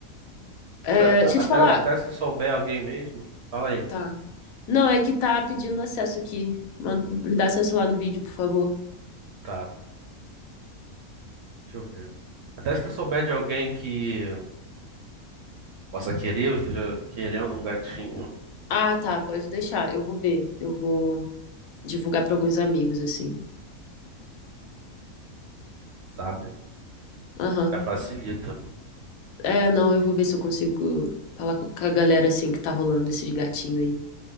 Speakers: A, on the left; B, on the right.
A: É,
B: a-
A: deixa eu
B: até,
A: te falar,
B: até se tu souber alguém mesmo, fala aí.
A: Tá. Não, é que tá pedindo acesso aqui. Man- Me dá acesso lá no vídeo, por favor.
B: Tá, deixa eu ver. Até se tu souber de alguém que possa querer ou esteja querendo um gatinho,
A: Ah, tá, pode deixar. Eu vou ver. Eu vou divulgar pra alguns amigos, assim.
B: sabe?
A: Aham.
B: Já facilita.
A: É, não, eu vou ver se eu consigo falar com com a galera, assim, que tá rolando esses gatinhos aí.